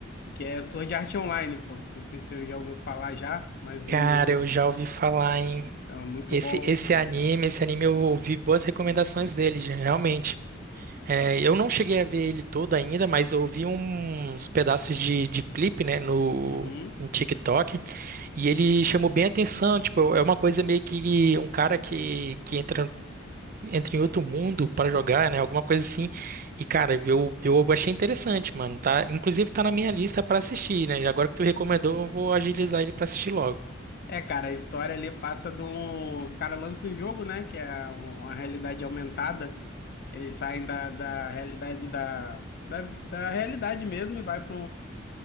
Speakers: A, on the left (about 50°); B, on the right (about 45°).
A: que é Sword Art Online, pô. Não sei se você já ouviu falar já, mas
B: Cara,
A: o.
B: eu já ouvi falar em
A: Então, é muito
B: esse
A: bom.
B: esse anime, esse anime eu ouvi boas recomendações dele, já, realmente. É, eu não cheguei a ver ele todo ainda, mas eu vi uns pedaços de, de clipe, né, no,
A: Uhum.
B: no TikTok, e ele chamou bem a atenção, tipo, é uma coisa meio que um cara que, que entra, entra em outro mundo para jogar, né, alguma coisa assim, e cara, eu, eu achei interessante, mano, tá, inclusive tá na minha lista para assistir, né, e agora que tu recomendou, eu vou agilizar ele para assistir logo,
A: É, cara, a história ali passa de um. Os caras lançam o jogo, né? Que é um, uma realidade aumentada. Eles saem da, da realidade da, da, da realidade mesmo e vai para